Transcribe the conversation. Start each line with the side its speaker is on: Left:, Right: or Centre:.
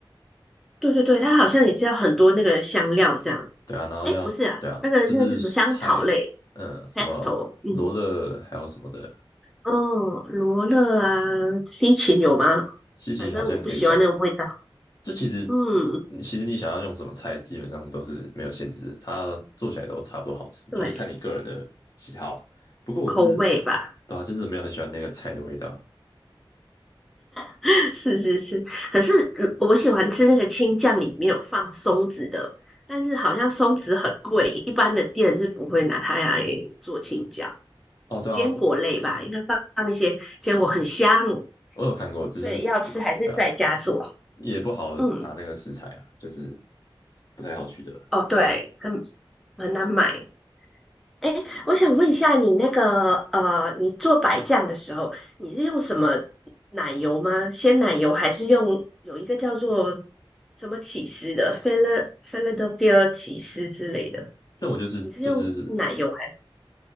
Centre: 对对对，它好像也是要很多那个香料这样。
Left: 对啊，然后要对啊，
Centre: 哎，不是啊，那个那个叫什么香草类
Left: 就是蔬菜，嗯，什么罗勒还有什么的，
Centre: ，pesto，嗯哦，罗勒啊，西芹有吗？
Left: 西芹好像可以加。
Centre: 反正我不喜欢那个味道。
Left: 这其实，
Centre: 嗯，
Left: 你其实你想要用什么菜，基本上都是没有限制的它做起来都差不多好吃，
Centre: 对，
Left: 就是看你个人的喜好了不过我是，
Centre: 口味吧，
Left: 对啊，就是没有很喜欢那个菜的味道。
Centre: <laughs> 是是是。可是呃我喜欢吃那个青酱，里面有放松子的，但是好像松子很贵，一般的店是不会拿它来做青酱。
Left: 哦，对啊，
Centre: 坚果类吧，
Left: 我
Centre: 应该放放一些坚果，很香，
Left: 我有看过，就是就对啊，
Centre: 所以要吃还是在家做。
Left: 也不好拿那个食材啊，
Centre: 嗯。
Left: 就是不太好取得。
Centre: 哦，对，很很难买。哎，我想问一下，你那个呃，你做白酱的时候，你是用什么奶油吗？鲜奶油还是用有一个叫做什么起司的，Phila- Philadelphia 起司之类的？
Left: 因为我就是就是
Centre: 你是用奶油还？